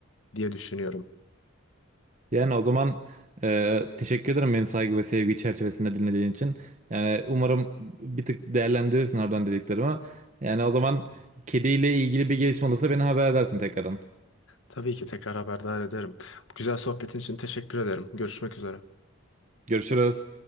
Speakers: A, on the left; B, on the right.
A: diye düşünüyorum.
B: Yani o zaman e, teşekkür ederim beni saygı ve sevgi çerçevesinde dinlediğin için. Yani umarım bir tık değerlendirirsin oradan dediklerimi. Yani o zaman kediyle ilgili bir gelişme olursa beni haber edersin tekrardan.
A: Tabii ki tekrar haberdar ederim. Bu güzel sohbetin için teşekkür ederim. Görüşmek üzere.
B: Görüşürüz.